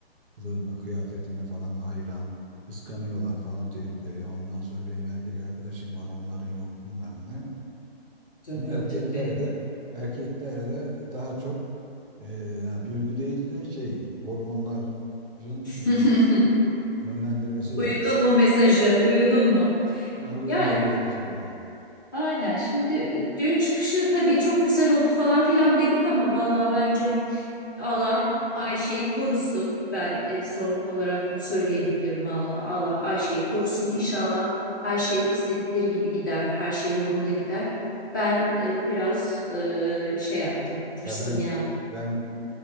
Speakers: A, on the right; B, on the left.
A: Kılığıma, kıyafetime falan hayran. Kıskanıyorlar falan tripleri. Ondan sonra benim erkek arkadaşım var. Onların yok bilmem ne.
B: Tabii
A: Ama erkekler
B: tabii.
A: de erkekler de daha çok e, yani duygu değil de şey hormonların e,
B: <laughs>
A: yönlendirmesiyle
B: Uyudun
A: hareket ediyor.
B: mu mesajı? Uyudun mu?
A: Ya uyudum
B: Ya
A: bunun sesi gibi.
B: aynen şimdi dün çıkışı tabii çok güzel oldu falan filan dedik ama vallahi bence Allah Ayşe'yi korusun. Ben e, son olarak onu söyleyebilirim valla. Allah Ayşe'yi korusun. İnşallah her şey istedikleri gibi gider. Her şey yolunda gider. Ben e, biraz e, şey yaptım. Tırstım
A: Ya ben
B: ya.
A: ben